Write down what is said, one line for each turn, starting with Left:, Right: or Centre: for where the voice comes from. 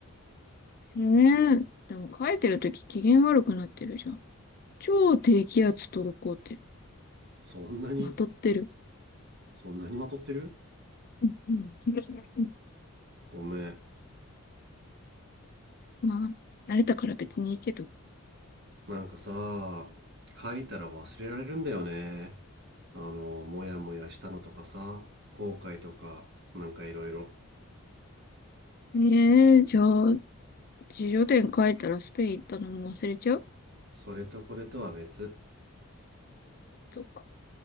Left: ねえ。でも書いてるとき機嫌悪くなってるじゃん。超低気圧とこうって、
Right: そんなに、
Left: まとってる。
Right: そんなにまとってる
Left: うん、うん。うん
Right: ごめん。
Left: まあ、慣れたから別にいいけど。
Right: なんかさ、書いたら忘れられるんだよね。あの、もやもやしたのとかさ、後悔とか、なんかいろいろ。
Left: ええじゃあ、自叙伝書いたらスペイン行ったのも忘れちゃう
Right: それとこれとは別。
Left: そっか。